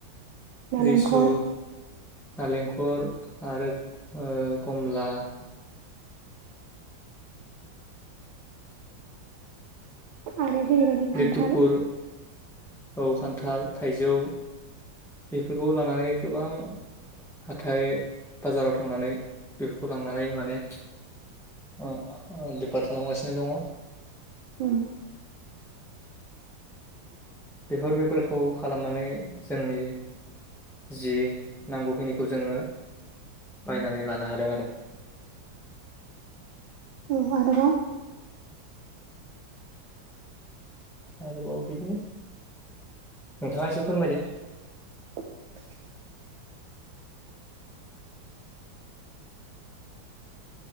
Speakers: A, on the right (about 80°); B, in the centre.
A: नालेंखर
B: लिसु नालेंखर आरो ओ कमला
A: <inaudible> आरो जेरैबायदि खान्थाल
B: लिथुकुर औ खान्थाल थाइजौ फोरखौ लानानै गोबां हाथाय बाजाराव थांनानै बेफोरखौ लांनानै माने अ <unintelligible> पार खालामगासिनो दङ।
A: उम
B: बेफोर बेफारखौ खालामनानै जोंनि जि नांगौखिनिखौ जोङो बायनानै लानो हादों आरो।
A: औ आरोबाव
B: आरोबाव बिदिनो नोंथाङा एसे फोरमायदो।
A: <inaudible>